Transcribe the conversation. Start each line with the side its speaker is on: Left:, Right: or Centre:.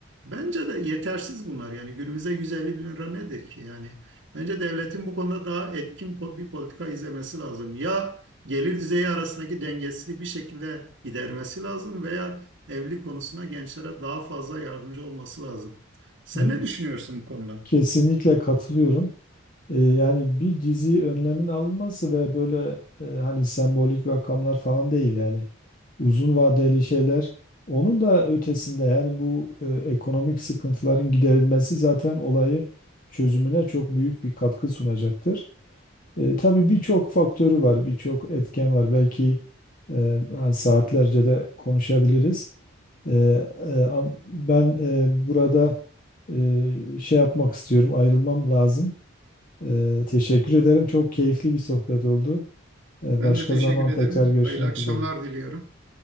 Right: Bence de yetersiz bunlar. Yani günümüzde 150 bin lira nedir ki? Yani bence devletin bu konuda daha etkin po- bir politika izlemesi lazım. Ya gelir düzeyi arasındaki dengesizliği bir şekilde gidermesi lazım veya evlilik konusuna gençlere daha fazla yardımcı olması lazım. Sen
Left: Evet.
Right: ne düşünüyorsun bu konuda?
Left: Kesinlikle katılıyorum. Ee, yani bir dizi önlemin alınması ve böyle e, hani sembolik rakamlar falan değil yani uzun vadeli şeyler. Onun da ötesinde yani bu e, ekonomik sıkıntıların giderilmesi zaten olayı çözümüne çok büyük bir katkı sunacaktır. E, tabii birçok faktörü var, birçok etken var. Belki e, hani saatlerce de konuşabiliriz. Ee, e, am- ben e, burada e, şey yapmak istiyorum, ayrılmam lazım. Ee, teşekkür ederim. Çok keyifli bir sohbet oldu. Ee,
Right: Ben
Left: başka
Right: de teşekkür
Left: zaman
Right: ederim.
Left: tekrar görüşmek
Right: Hayırlı akşamlar
Left: üzere.
Right: diliyorum.